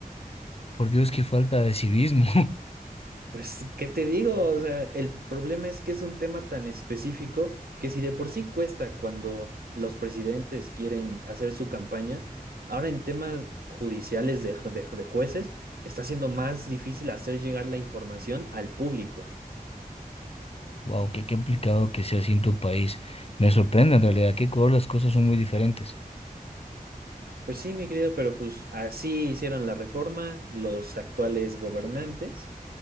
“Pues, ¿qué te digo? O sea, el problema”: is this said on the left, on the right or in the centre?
Right